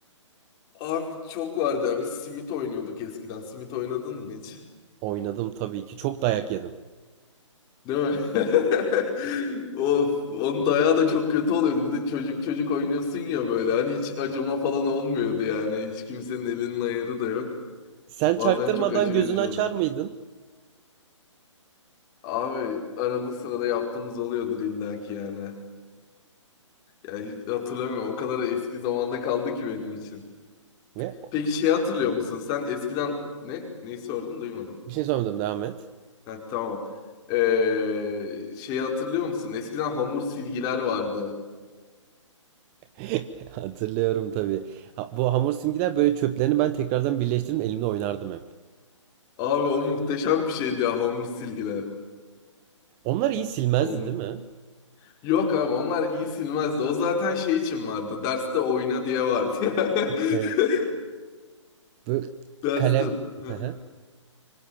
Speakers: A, on the left; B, on the right.
A: Abi çok vardı ya. Biz simit oynuyorduk eskiden. Simit oynadın mı hiç?
B: Oynadım tabii ki. Çok dayak yedim.
A: Değil mi? <laughs> Of, onun dayağı da çok kötü oluyordu. Bir de çocuk çocuk oynuyorsun ya böyle. Hani hiç acıma falan olmuyordu yani. Hiç kimsenin elinin ayarı da yok.
B: Sen
A: Bazen
B: çaktırmadan
A: çok acı
B: gözünü
A: verici
B: açar
A: oluyor.
B: mıydın?
A: Abi arada sırada yaptığımız oluyordur illaki yani. Ya hiç hatırlamıyorum. O kadar eski zamanda kaldı ki benim için.
B: Ve
A: Peki şey hatırlıyor musun? Sen eskiden ne? Neyi sordun? Duymadım.
B: bir şey sormadım devam et.
A: Ha, tamam. Ee, şeyi hatırlıyor musun? Eskiden hamur silgiler vardı.
B: <laughs> Hatırlıyorum tabii. Ha, bu hamur simgiler böyle çöplerini ben tekrardan birleştirip elimle oynardım hep.
A: Abi o muhteşem bir şeydi ya hamur silgiler.
B: Onlar iyi silmezdi
A: Onun.
B: değil mi?
A: Yok abi onlar iyi silmezdi. O zaten şey için vardı. Derste oyna diye vardı ya.
B: Evet.
A: <laughs>
B: Bu
A: Derste.
B: kalem...
A: Hı.
B: <laughs>